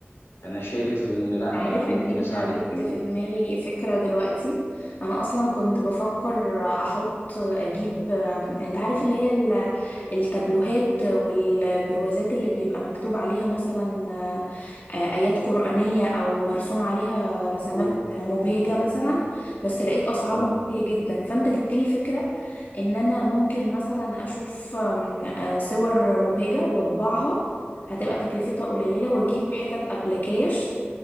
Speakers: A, on the left; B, on the left.
A: فانا شايف ان
B: انت
A: لا
B: عارف
A: انا ممكن
B: ان انت
A: اساعدك
B: جبت
A: إن-
B: في دماغي فكرة دلوقتي انا اصلا كنت بفكر احط اجيب آم، انت عارف اللي هي ال- التابلوهات والبروازات اللي بيبقى مكتوب عليها مثلا آه، آه، ايات قرآنية او مرسوم عليها رسمات
A: آه،
B: مبهجة
A: آه،
B: مثلا بس لقيت اسعارهم
A: آه،
B: غالية جدا فانت جبت لي فكرة ان انا ممكن مثلا اشوف آم، آه، صور مبهجة واطبعها هتبقى تكلفتها قليلة واجيب حتت ابلكاش